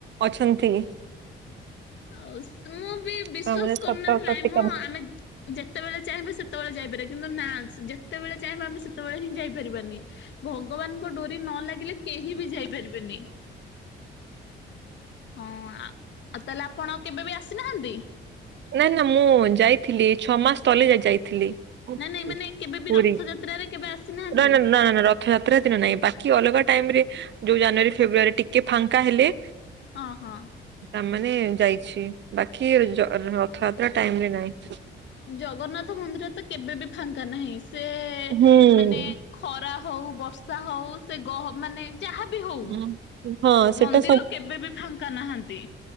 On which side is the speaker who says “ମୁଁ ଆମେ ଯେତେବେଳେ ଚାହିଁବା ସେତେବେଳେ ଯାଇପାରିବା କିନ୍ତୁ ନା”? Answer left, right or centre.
Left